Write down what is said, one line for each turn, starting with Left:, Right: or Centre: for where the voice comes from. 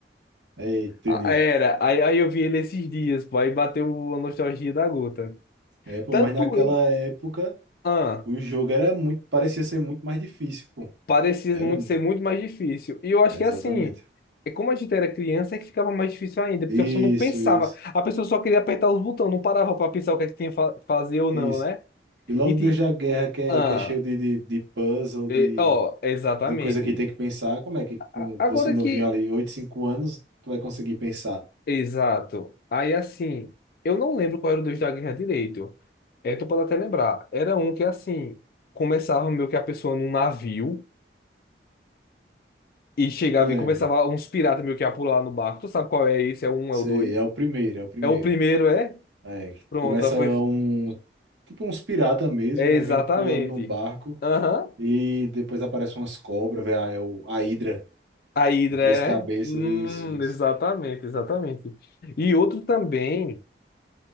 Right: Aí, entendi.
Left: Ah, Era, aí, aí eu vi ele esses dias, pô, aí bateu a nostalgia da gota.
Right: É, pô,
Left: Tanto
Right: mas naquela
Left: ele,
Right: época
Left: ah,
Right: o jogo era muito, parecia ser muito mais difícil, pô.
Left: parecia
Right: Era,
Left: muito ser muito mais difícil. E eu acho
Right: é,
Left: que
Right: exatamente.
Left: assim, é como a gente era criança, é que ficava mais difícil ainda, porque
Right: Isso,
Left: a pessoa não pensava,
Right: isso,
Left: a pessoa só queria apertar os botões, não parava pra pensar o que é que tinha que fazer ou não,
Right: isso.
Left: né?
Right: E logo
Left: E, ti-
Right: desde a guerra que é,
Left: ah,
Right: que é cheio de, de, de puzzle,
Left: e-
Right: de,
Left: ó, exatamente.
Right: de coisa que tem que pensar, como é que
Left: A-
Right: com
Left: Agora
Right: você novinho
Left: que
Right: ali, 8 5 anos, tu vai conseguir pensar?
Left: Exato. Aí assim, eu não lembro qual era o Deus da Guerra direito. É, tu pode até lembrar. Era um que assim, começava meio que a pessoa num navio e chegava
Right: Eu lembro.
Left: e começava uns piratas meio que a pular no barco. Tu sabe qual é esse? É o um,
Right: Sei,
Left: é o dois.
Right: é o primeiro, é o primeiro.
Left: É o primeiro, é?
Right: É,
Left: Pronto,
Right: começa
Left: aí foi.
Right: um, tipo uns pirata mesmo,
Left: É
Right: né?
Left: exatamente.
Right: Vem pulando no barco
Left: Aham.
Right: e depois aparecem umas cobras, velho, ah, é o, a Hidra
Left: A Hidra
Right: de três
Left: é?
Right: cabeças,
Left: Hum,
Right: isso, isso.
Left: exatamente, exatamente. E outro também.